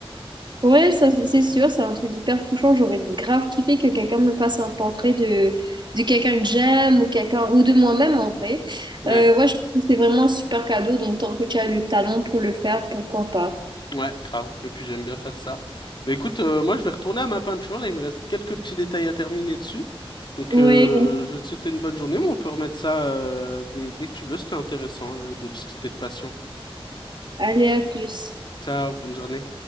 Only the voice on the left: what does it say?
Ouais.
Ouais, grave. Et puis j'aime bien faire ça. Mais écoute, euh, moi je vais retourner à ma peinture. Là, il me reste quelques petits détails à terminer dessus. Donc
euh, je vais te souhaiter une bonne journée, mais on peut remettre ça euh, dès, dès que tu veux. C'était intéressant euh, de discuter de passion.
Ciao, bonne journée.